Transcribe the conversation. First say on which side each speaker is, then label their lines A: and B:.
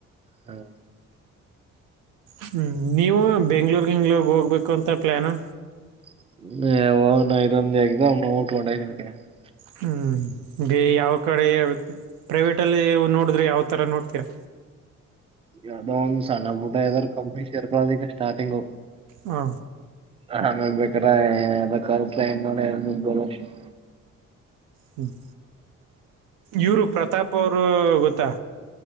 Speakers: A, on the right (about 20°); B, on the right (about 90°).
A: ಹ್ಮ
B: ಹ್ಞ ನೀವು ಬೆಂಗಳೂರು ಇಂಗ್ಳೂರ್ಗೆ ಹೋಗ್ಬೇಕು ಅಂತ ಪ್ಲ್ಲಾನು
A: <inaudible> <unintelligible>
B: ಹ್ಮ್ ಯಾವ ಕಡೆ ಪ್ರೈವೇಟ ಅಲ್ಲಿ ನೋಡಿದ್ರೆ ಯಾವ ತರ ನೋಡ್ತೀರಾ
A: ಯಾವದೋ ಒಂದಂದು ಸಣ್ಣ ಪುಟ್ಟ ಯಾವದಾದ್ ಕಂಪ್ನಿ ಶೇರ್ಕದ ಈಗ ಸ್ಟಾರ್ಟಿಂಗು
B: ಹಾ
A: ಆಮೇ ಬೇಕ್ರ <unintelligible>
B: ಹ್ಮ್ ಇವರು ಪ್ರತಾಪ್ ಅವರು ಗೊತ್ತಾ